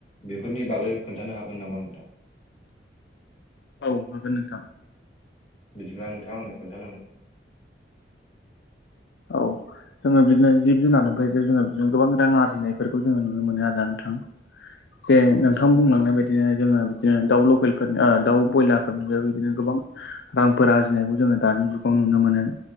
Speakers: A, on the left; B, on the left.
A: बेफोरनि बागै खोन्थानो हागोन नामा नोंथां?
B: औ हागोन नोंथां।
A: बिदिब्ला नोंथांङा आं खोन्थालांदो
B: औ जोङो बिदिनो जिब-जुनारनिफ्राय जोङो बिदिनो गोबां रां आरजिनायफोरखौ जोङो नुनो मोनो आरो ना नोंथां। जे नोंथां बुंलांनाय बायदिनो जोङो बिदिनो दाउ लकेलफोरनि दाउ ब्रयलारफोरनि बे बिदिनो गोबां रांफोर आरजिनायखौ जोङो दानि जुगाव नुनो मोनो